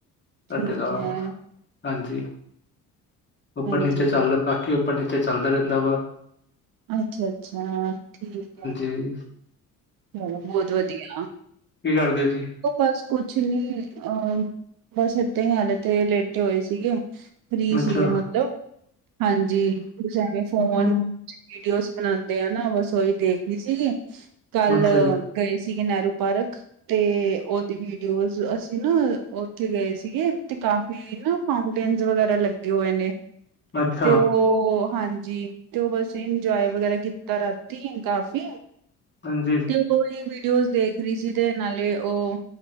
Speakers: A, on the right; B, on the left.
A: ਠੀਕ
B: ਸਾਡੇ ਦਾ
A: ਹੈ
B: ਹਾਂਜੀ ਉੱਪਰ
A: ਹਾਂਜੀ
B: ਨੀਚੇ ਚੱਲਦਾ ਬਾਕੀ ਉੱਪਰ ਨੀਚੇ ਚੱਲਦਾ ਰਹਿੰਦਾ ਵਾ
A: ਅੱਛਾ-ਅੱਛਾ ਠੀਕ ਐ।
B: ਹੂੰ।
A: ਹਾਂ, ਬਹੁਤ ਵਧੀਆ।
B: ਕੀ ਕਰਦੇ ਸੀ?
A: ਓ ਬਸ ਕੁਛ ਨੀ, ਅਹ ਬਸ ਏਦਾਂ ਈ ਆ ਹਲੇ ਤਾ ਲੇਟੇ ਹੋਏ ਸੀਗੇ। ਫਰੀ
B: ਅੱਛਾ-ਅੱਛਾ।
A: ਸੀਗੇ ਮਤਲਬ ਹਾਂਜੀ ਵੀ ਫੋਨ
B: ਅੱਛਾ
A: ਵੀਡੀਓਜ਼ ਬਣਾਦੇ ਆ ਨਾ ਬਸ ਉਈ ਦੇਖਣੀ ਸੀਗੀ ਕੱਲ੍ਹ
B: ਅੱਛਾ ਜੀ,
A: ਗਏ ਸੀਗੇ ਨਹਿਰੂ ਪਾਰਕ। ਤੇ ਉਹਦੀ ਵੀਡੀਓਜ਼ ਅਸੀਂ ਨਾ ਉੱਥੇ ਗਏ ਸੀਗੇ, ਤੇ ਕਾਫੀ ਏ ਨਾ ਫਾਊਂਟੇਨਜ ਵਗੈਰਾ ਲੱਗੇ ਹੋਏ ਨੇ
B: ਅੱਛਾ,
A: ਤੇ ਉਹ ਹਾਂਜੀ ਤੇ ਉਹ ਬਸ ਇੰਜੋਏ ਵਗੈਰਾ ਕੀਤਾ ਰਾਤੀ ਕਾਫੀ।
B: ਹਾਂਜੀ।
A: ਤੇ ਉਹੀ ਵੀਡੀਓਜ਼ ਦੇਖ ਰਹੀ ਸੀ ਤੇ ਨਾਲੇ ਉਹ